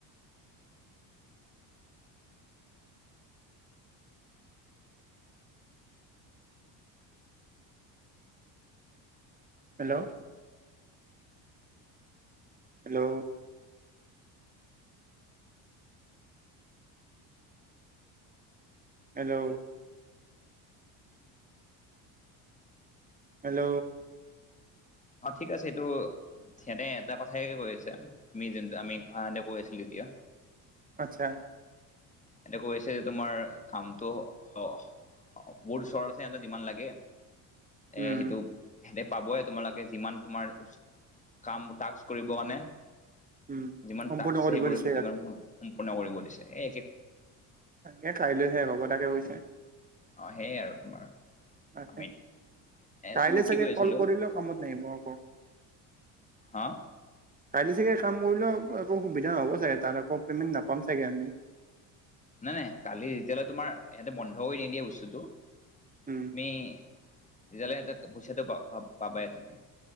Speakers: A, on the right; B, on the left.
A: হেল্ল'। হেল্ল'। হেল্ল'। হেল্ল'।
B: অ' ঠিক আছে এইটো সিহঁতে এটা কথাইেে ক আছে আমি যোনটো আমি অহঁতে কৈ আছিলো এতিয়া।
A: আচ্ছা
B: এতে কৈ আছে যে তোমাৰ কামটো বহুত ওচৰত আছে সিহঁতৰ যিমান লাগে
A: উম
B: এ সেইটো সিহঁতে পাবই তোমালোকে যিমান তোমাৰ কাম টাস্ক কৰিব মানে
A: উম
B: যিমান
A: সম্পূৰ্ণ
B: টাস্ক আছে
A: কৰিব
B: সেইবোৰমান
A: দিছে
B: সম্পূৰ্ণ কৰিব দিছে এ
A: তে কাইলৈহে ৰব তাকে কৈছে
B: অ সেইয়াই আৰু তোমাৰ।
A: তাকে
B: আমি এ
A: কাইলে
B: কি
A: চাগে
B: কৈ আছিলো
A: কল কৰিলে কামত নাহিব আকৌ।
B: হা।
A: কাইলৈ চাগে কাম কৰিলেও একো সুবিধা নহ'ব চাগে তাত আকৌ পে'মেণ্ট নাপাম চাগে আমি।
B: নাই নাই কালি যেতিয়ালৈ তোমাৰ ইহঁতে বন্ধ কৰি নিদিয়ে বস্তুটো।
A: উম।
B: ম তেজালটা ভুচাতো পাবা এ তমি।